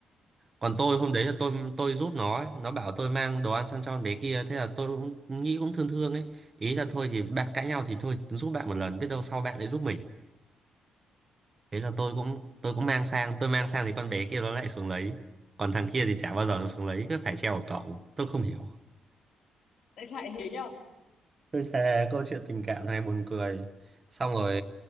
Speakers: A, on the right; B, on the left.
A: còn tôi hôm đấy là tôi tôi giúp nó ấy. nó bảo tôi mang đồ ăn sang cho con bé kia thế là tôi cũng nghĩ cũng thương thương ấy ý là thôi thì bạn cãi nhau thì thôi giúp bạn một lần biết đâu sau bạn lại giúp mình thế là tôi cũng tôi cũng mang sang tôi mang sang thì con bé kia nó lại xuống lấy còn thằng kia thì chả bao giờ nó xuống lấy cứ phải treo vào cổng tôi không hiểu
B: Tại sao lại thế nhở?
A: tôi thề câu chuyện tình cảm này buồn cười xong rồi